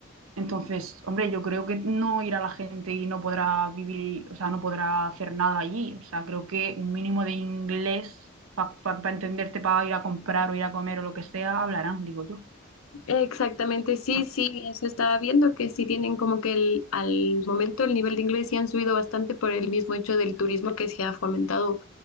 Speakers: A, on the right; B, on the left.
A: Entonces, hombre, yo creo que no irá la gente y no podrá vivir, o sea, no podrá hacer nada allí. O sea, creo que un mínimo de inglés para entenderte, para ir a comprar o ir a comer o lo que sea, hablarán, digo yo.
B: Exactamente, sí,
A: No lo
B: sí,
A: sé.
B: eso estaba viendo que sí tienen como que el, al momento el nivel de inglés sí han subido bastante por el mismo hecho del turismo que se ha fomentado